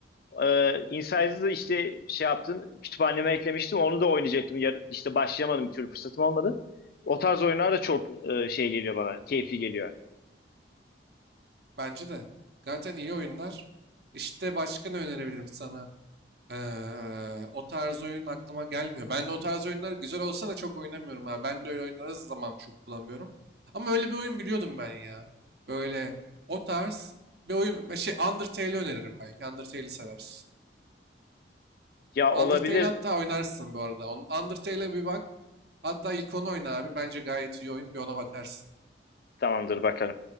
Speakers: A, on the left; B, on the right.
A: Ee, Inside'ı da işte şey yaptım kütüphaneme eklemiştim. Onu da oynayacaktım. Ya, işte başlayamadım bir türlü fırsatım olmadı. O tarz oyunlar da çok e, şey geliyor bana. Keyifli geliyor.
B: Bence de. Zaten iyi oyunlar. İşte başka ne önerebilirim sana? Ee, o tarz oyun aklıma gelmiyor. Ben de o tarz oyunlar güzel olsa da çok oynamıyorum ha. Ben de öyle oyunlara zaman çok bulamıyorum. Ama öyle bir oyun biliyordum ben ya. Böyle o tarz bir oyun. e, Şey Undertale'i öneririm belki. Undertale'i seversin.
A: Ya
B: Undertale
A: olabilir.
B: hatta oynarsın bu arada. Onun- Undertale'e bir bak. Hatta ilk onu oyna abi. Bence gayet iyi oyun. Bir ona bakarsın.
A: Tamamdır bakalım.